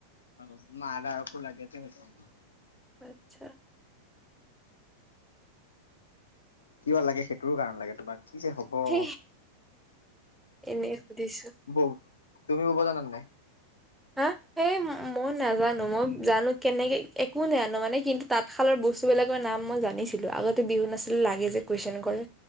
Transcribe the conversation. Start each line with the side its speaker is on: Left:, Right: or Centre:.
Left: অ মাদাৰকো লাগে যে সেইকাৰণে।
Centre: আচ্ছা।
Left: কিয় লাগে সেইটোৰো কাৰণ লাগে তোমাক কি যে হ'ব।
Centre: হ এনেই সুধিছো
Left: ব তুমি বব জনানা নাই
Centre: অ মই নাজানো মই জানো কেনেকে একো নজানো মানে কিন্তু তাঁতশালৰ বস্তু বিলাকৰ নাম মই জানিছিলো আগতে বিহু নাছিলে লাগে যে কুৱেশন কৰে